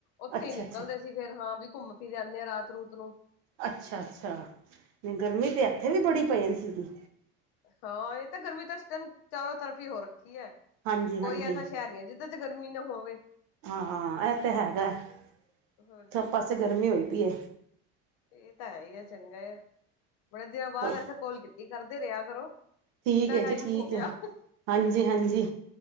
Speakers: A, on the left; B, on the right.
A: ਉੱਥੇ
B: ਅੱਛਾ
A: ਹੀ ਨਿਕਲਦੇ
B: ਅੱਛਾ
A: ਸੀ ਫੇਰ ਹਾਂ ਵੀ ਘੁੰਮ ਫਿਰ ਆਨੇ ਆ ਰਾਤ ਰੂਤ ਨੂੰ।
B: ਅੱਛਾ-ਅੱਛਾ ਨਹੀਂ ਗਰਮੀ
A: ਹੋਰ
B: ਤਾਂ
A: ਕੀ
B: ਇੱਥੇ ਵੀ ਬੜੀ ਪਏ ਸੀਗੀ।
A: ਹਾਂ ਇਹ ਤਾਂ ਗਰਮੀ ਤਾਂ ਇਸ ਟਾਈਮ ਚਾਰੋ ਤਰਫ ਹੀ ਹੋ ਰੱਖੀ।
B: ਹਾਂਜੀ-ਹਾਂਜੀ
A: ਕੋਈ ਐਸਾ ਸ਼ਹਿਰ ਨੀ ਹੈ ਜਿਹਦੇ ਚ ਗਰਮੀ ਨਾ ਹੋਵੇ।
B: ਹਾਂ ਇਹ ਤੇ ਹੈਗਾ
A: ਹੋਰ ਕੀ
B: ਪਾਸੇ ਗਰਮੀ ਹੋਈ ਪਈ ਐ
A: ਇਹ ਤਾਂ ਹੈ ਹੀ ਆ ਚੰਗਾ ਬੜੇ ਦਿਨਾਂ ਬਾਅਦ
B: ਹੋ
A: ਐਸੇ ਕੋਲ ਕੀਤੀ ਕਰਦੇ ਰਿਹਾ ਕਰੋ।
B: ਠੀਕ
A: ਇੰਨਾ
B: ਹੈ
A: ਟਾਈਮ
B: ਜੀ ਠੀਕ
A: ਹੋ ਗਿਆ
B: ਹੈ ਹਾਂਜੀ-ਹਾਂਜੀ